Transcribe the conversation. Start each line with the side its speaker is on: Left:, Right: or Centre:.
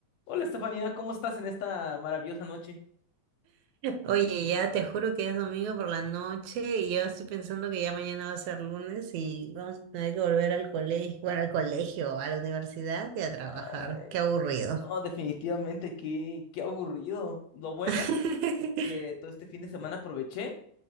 Left: Hola Estefanía, ¿cómo estás en esta maravillosa noche?
Right: Oye, ya te juro que es domingo por la noche y yo estoy pensando que ya mañana va a ser lunes y vamos a tener que volver al colegio, bueno, al colegio, a la universidad y a trabajar.
Left: Ah,
Right: Qué aburrido.
Left: no, definitivamente qué, qué aburrido. Lo bueno
Right: <laughs>
Left: que todo este fin de semana aproveché